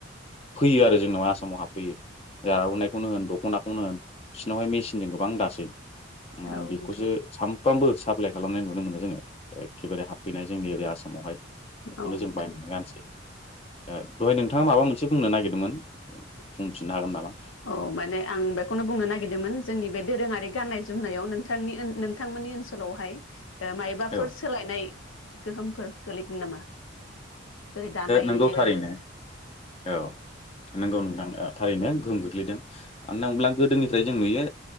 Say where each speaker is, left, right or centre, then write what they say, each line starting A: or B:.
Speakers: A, on the left; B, on the left.
A: फैयो आरो जोंनावहाय आसामाव हाबफैयो आरनायखौनो होन दख'नाखौनो होन बिसोरनावहाय मेचिनजों गोबां दासै ओ
B: औ
A: बेखौसो
B: नोंथां
A: सामफ्रामबो साप्लाय खालामनाय नुनो मोनो जोङो एखेबारे हाब जोंनि एरै आसामावहाय बेखौनो
B: औ नोंथां
A: जों बायनानै गाननोसै ओ दहाय नोंथाङा माबा मोनसे बुंनो नागिरदोंमोन बुंफिननो हागोन नामा
B: औ माने आं बेखौनो बुंनो नागिरदोंमोन जोंनि बे दोरोङारि गाननाय जोमनायाव नोंथांनि नोंथांमोननि ओनसोलावहाय मायबाफोर
A: औ
B: सोलायनाय गोहोमफोर गोगलैगोन नामा जेरै दानाय
A: नंगौ थारैनो
B: ओ
A: औ नंगौ नोंथां थारैनो गोहोम गोग्लैदों मानो होनना बुंब्ला गोदोनिफ्राय जों नुयो